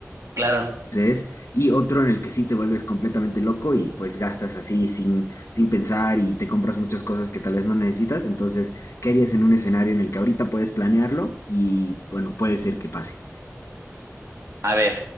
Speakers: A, on the right; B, on the left.
A: Claro.
B: Entonces, y otro en el que sí te vuelves completamente loco y pues gastas así sin, sin pensar y te compras muchas cosas que tal vez no necesitas. Entonces, ¿qué harías en un escenario en el que ahorita puedes planearlo y bueno, puede ser que pase?
A: A ver,